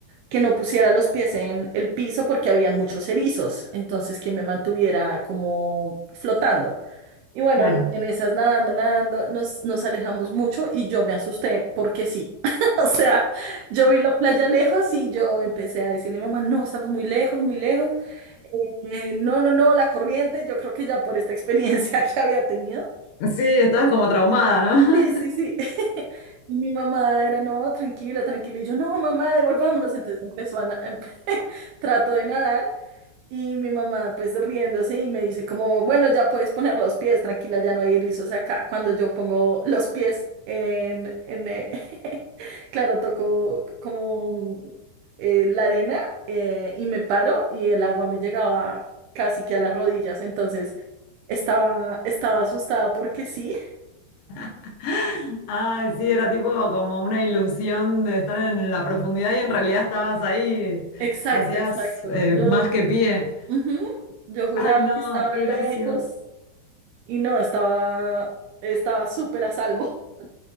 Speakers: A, on the right; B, on the left.
A: que no pusiera los pies en el piso porque habían muchos erizos, entonces que me mantuviera como flotando. Y bueno,
B: claro.
A: en, en esas nadando, nadando, nos, nos alejamos mucho y yo me asusté porque sí. <laughs> O sea, yo vi la playa lejos y yo empecé a decirle a mi mamá, no, estamos muy lejos, muy lejos. Eh, no, no, no, la corriente, yo creo que ya por esta experiencia <laughs> que había tenido.
B: Sí, estabas como traumada, ¿no?
A: Sí, sí, sí. <laughs> Y mi mamá era, no, tranquila, tranquila. Y yo, no, mamá, devolvámonos. Entonces empezó a, na- <laughs> trato de nadar y mi mamá pues riéndose y me dice como, bueno, ya puedes poner los pies, tranquila, ya no hay erizos acá. Cuando yo pongo los pies en, en eh, <laughs> claro, toco como eh, la arena eh, y me paro y el agua me llegaba casi que a las rodillas. Entonces estaba, estaba asustada porque sí.
B: <laughs> Ay, sí, era tipo como una ilusión de estar en la profundidad y en realidad estabas ahí,
A: Exacto,
B: hacías
A: exacto.
B: eh,
A: Yo,
B: más que pie.
A: ujú, yo juraba
B: Ay, no,
A: que estaba
B: qué gracioso.
A: lejos y no, estaba, estaba súper a salvo. <laughs>